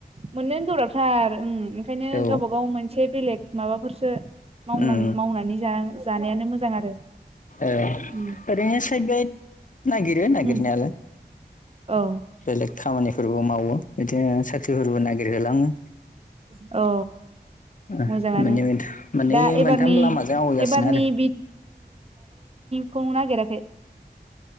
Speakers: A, on the right; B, on the left.
A: मोननोनो गोब्राबथार ओं ओंखायनो
B: औ
A: गावबा गाव मोनसे बेलेग माबाफोर मावनां
B: उम
A: मावनानै जानायानो मोजां आरो
B: ए
A: उम
B: ओरैनो सायद बाद नागिरो नागिरो नागिरनायालाय
A: उम औ
B: बेलेग खामानिफोरबो मावो बिदिनो साख्रिफोरबो नागिरहोलाङो
A: औ
B: ओ
A: मोजाङानो
B: मोननै मोनथाम मोननै
A: दा एबारनि
B: मोनथाम लामाजों आवगाय गासिनो
A: एबारनि
B: आरो
A: खौ नागेराखै?